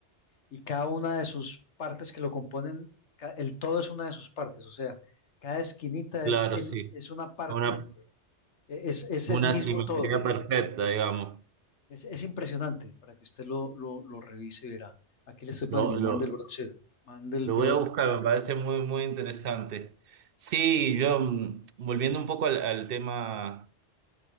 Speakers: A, on the left; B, on the right.
A: y cada una de sus partes que lo componen, ca- el todo es una de sus partes, o sea, cada esquinita
B: Claro,
A: es, el,
B: sí.
A: es una parte,
B: Una,
A: e- es, es
B: una
A: el mismo
B: simetría
A: todo.
B: perfecta, digamos.
A: Es, es impresionante para que usted lo, lo, lo revise y verá. Aquí le estoy
B: Lo,
A: poniendo
B: lo,
A: Mandelbrot, sí, Mandelbrot.
B: Lo voy a buscar, me parece muy, muy interesante. Sí, yo, mm, volviendo un poco al, al tema